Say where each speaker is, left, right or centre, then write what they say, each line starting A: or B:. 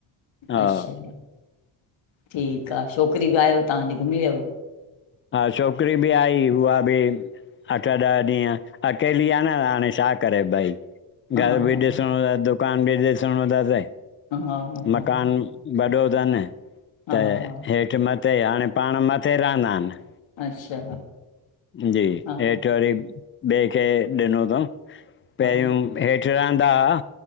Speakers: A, on the left; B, on the left.
A: हा
B: अच्छा ठीकु आहे छोकिरी बि आयव तव्हांजी घुमी वियव
A: हा छोकिरी बि आई उहा बि अठ ॾह ॾींहं अकेली आहे न हाणे छा करे भई
B: हा
A: घर
B: हा
A: बि
B: हा
A: ॾिसणो थ दुकान बि ॾिसणो तास
B: हा
A: मकानु
B: हा
A: वॾो अथनि त
B: हा हा
A: हेठि मथ उते हाणे पाण मथे रहंदा आहिनि
B: अच्छा
A: जी
B: हा
A: हेठि वरी ॿिए खे ॾिनो अथऊं
B: हा
A: पहिरियोूं हेठि रहंदा हुआ।